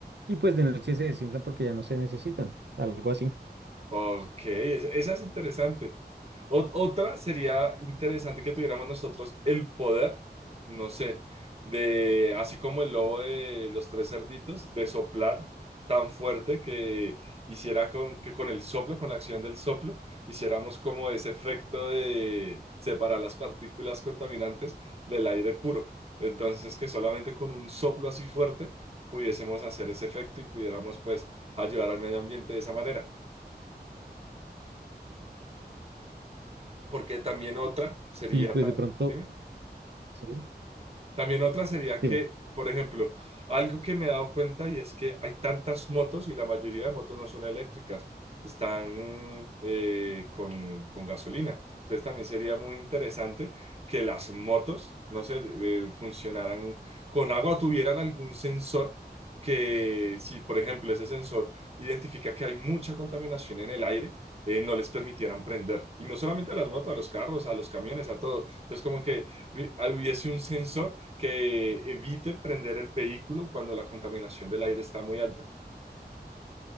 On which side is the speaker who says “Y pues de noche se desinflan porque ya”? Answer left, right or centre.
Right